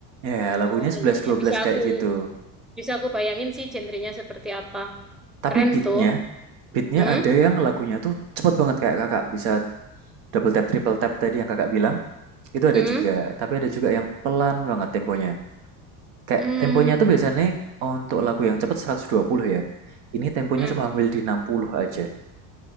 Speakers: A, on the right; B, in the centre.
A: Ya, lagunya
B: Oh
A: sebelas
B: iya iya
A: dua belas
B: bisa
A: kayak
B: aku
A: gitu.
B: bisa aku bayangin sih genrenya seperti apa.
A: Tapi
B: Keren
A: beatnya,
B: tuh.
A: beatnya
B: Mm-mm,
A: ada yang lagunya tuh cepet banget kayak Kakak bisa double tap, triple tap tadi yang Kakak bilang, itu ada
B: mm-mm,
A: juga. Tapi ada juga yang pelan banget temponya. Kayak
B: mm,
A: temponya tuh biasanya untuk lagu yang cepet 120 ya. Ini temponya
B: mm-mm.
A: cuma ambil di 60 aja.